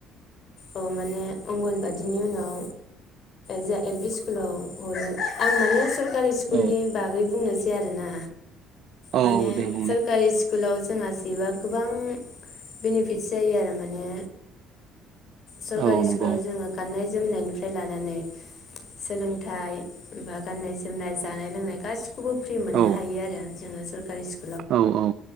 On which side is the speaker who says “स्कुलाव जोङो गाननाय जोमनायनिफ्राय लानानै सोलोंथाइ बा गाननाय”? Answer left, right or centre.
Left